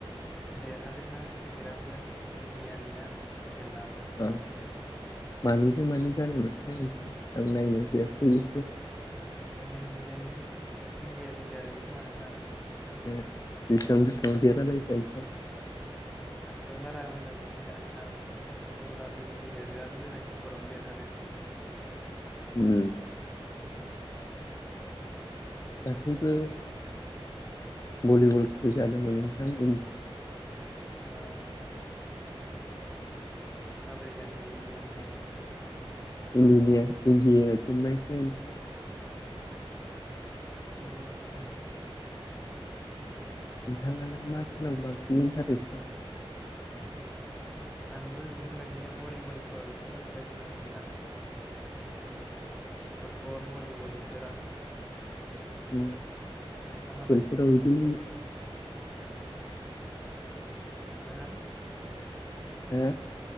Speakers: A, in the centre; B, on the left (about 35°).
A: देरहादोंना क्रिकेटआवबो इण्डियानिया खेलाव
B: औ मानिजों मानि जानाय मोनथाय नोंथां आं नायनाय जायासै एसे
A: निउजिलेण्डजों इण्डियाजों जादोंमोन खोमा नोंथां
B: ए ब एसेबां बेसेबांआव देरहालायखो नोंथां
A: आंबो बारा मोजां मिथिया नोंथां अब्लाबो इण्डियााया बिराद मोजांसिन स्करावनो देरहादों
B: उम दाख्लैबो भलिबल खेल जादोंमोन नोंथां इण्डिया
A: औ नोंथां माबोरै जाखो इण्डिया नालाय
B: <unintelligible> इण्डियाया जेनबायसो नोंथां
A: औ नोंथां
B: नोंथाङालाय मा खेलायाव बांसिन इन्टारेस्ट दं
A: आंबो बेफोरबायदिनो भलिबलफोराव एसे इन्टारेस्ट दं नोंथां फुटबल भलिबल बेफोराव
B: उम
A: नोंथां नोंथाङालाय
B: खेलफोराव बिदिनो
A: नोंथाङा
B: हो